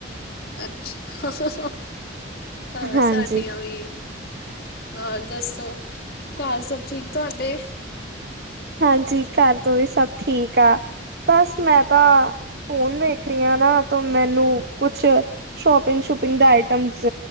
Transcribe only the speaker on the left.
ਅੱਛਾ, ਹਾਂ
ਸਾਡੀਆਂ ਵੀ। ਹੋਰ ਦੱਸੋ ਘਰ ਸਬ ਠੀਕ ਤੁਹਾਡੇ।